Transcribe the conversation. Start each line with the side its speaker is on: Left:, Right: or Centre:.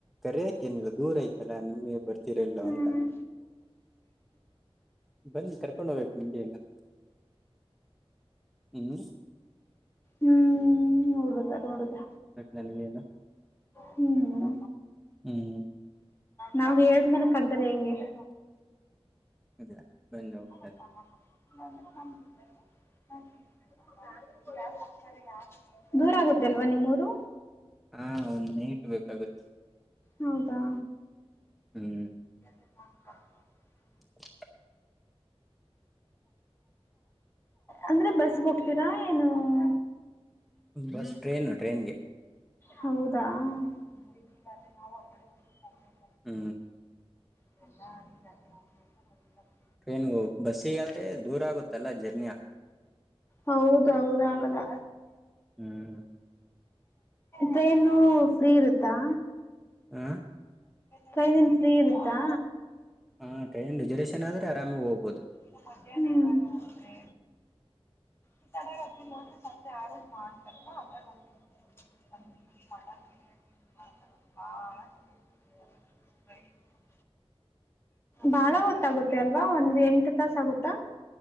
Centre: ಕರಿಯಕ್ಕೆನಿಲ್ಲ ದೂರ ಇತ್ತಲ್ಲ ನಿಮಗೆ ಬರ್ತ ಲ್ಲ
Left: ಹ್ಮ್
Centre: ಅಂತ ಬನ್ನಿ ಕರ್ಕೊಂಡ ಹೋಗ್ಬೇಕು ನನಗೇನು ಹ್ಮ್
Left: ಹ್ಮ್ ನೋಡುದ ನೋಡುದ
Centre: ನನಗೇನು
Left: ಹ್ಮ್
Centre: ಹ್ಮ್
Left: ನಾವ್ ಹೇಳಿದ್ಮೇಲೆ ಕರುದ್ರೆ ಹೆಂಗೆ <inaudible>
Centre: ಇಲ್ಲ ಬಂದು
Left: ಅಸಕಬೇಕ
Centre: ಹೋಗದು
Left: ಕ ಅಂದ್ರೆ ನಮ <unintelligible> ದೂರ ಆಗುತ್ತೆ ಅಲ್ವಾ ನಿಮ್ಮೂರು
Centre: ಹಾ ಒಂದು ನೈಟ್ ಬೇಕಾಗುತ್ತೆ
Left: ಹೌದಾ
Centre: ಹ್ಮ್
Left: <unintelligible>
Centre: <unintelligible>
Left: ಅಂದ್ರೆ ಬಸ್ಗೆ ಹೋಗ್ತೀರಾ ಏನು <inaudible> <inaudible>
Centre: ಬಸ್ ಟ್ರೈನು ಟ್ರೈನ್ಗೆ
Left: ಹೌದಾ ಹ್ಮ ಈಗಾದ್ರೆ ನಾವು ಹೊರಗಡೆೋಗಟಬೇಕ <unintelligible>
Centre: ಹ್ಮ್
Left: ಕ ಹ <unintelligible>
Centre: ಟ್ರೈನ್ಗೆ ಹ ಬಸ್ಸಿಗಾದ್ರೆ ದೂರ ಆಗುತ್ತಲ್ಲಾ ಜ
Left: ಹೌದು ಹೌದು ಆಗಲ್ಲ
Centre: ಹ್ಮ್
Left: ಟ್ರೈನು ಫ್ರೀ ಇರುತ್ತಾ
Centre: ಆ
Left: ಟ್ರೈನ್ ಏನು ಫ್ರೀ ಇರುತ್ತಾ
Centre: ಹ ರಿಸರ್ವೇಶನ್ ಟ್ರೈನ್ ಆದ್ರೆ ಆರಾಮಾಗಿ ಹೋಗಬಹುದು
Left: ಈಗ ಮಧ್ಯಾಹ್ನೋೋಡ್ತಾರೆ ಈ ತಡ ನೋಡ್ರೆೆ ಆರ <unintelligible> ಮಾಡ್ತಾರ ಅ ಹ ಮಟನ್ ಬಿರಿಯಾನಿ <unintelligible> ಬಾಳ ಚನ್ನ <unintelligible> ಬಳ ಗೊತ್ತಾಗುತ್ತದೆ ಅಲ್ವಾ ಒಂದ್ ಎಂಟು ತಾಸ ಆಗುತ್ತಾ